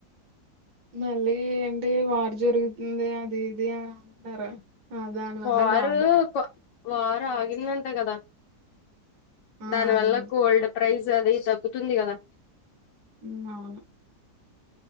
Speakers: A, on the right (about 65°); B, on the left (about 80°).
A: మళ్ళీ ఏంటి వారు జరుగుతుంది అది ఇది అని అంటున్నారు ఆ! దానివల్ల
B: బారు
A: లాక్‌డౌన్
B: కో వారు ఆగిందంట కదా
A: ఆ!
B: దాని
A: ఆగింది.
B: వల్ల గోల్డ్ ప్రైజ్ అది తగ్గుతుంది కదా
A: ఉమ్ అవును